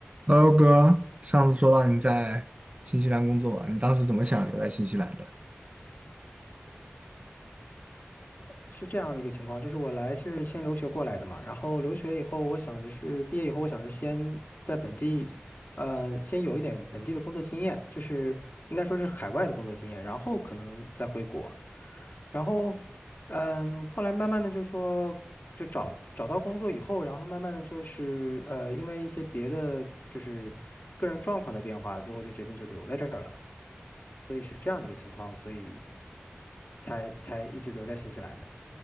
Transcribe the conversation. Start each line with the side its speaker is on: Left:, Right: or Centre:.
Right: h e 哥，上次说到你在新西兰工作，你当时怎么想留在新西兰的？
Left: 是这样的一个情况，就是我来是先留学过来的嘛，然后留学以后，我想着是毕业以后，我想着先在本地，呃，先有一点本地的工作经验，就是应该说是海外的工作经验，然后可能再回国，然后，嗯，后来慢慢的就说，就找找到工作以后，然后慢慢的就是呃，因为一些别的就是个人状况的变化，最后就决定就留在这儿了，所以是这样的一个情况，所以才才一直留在新西兰的。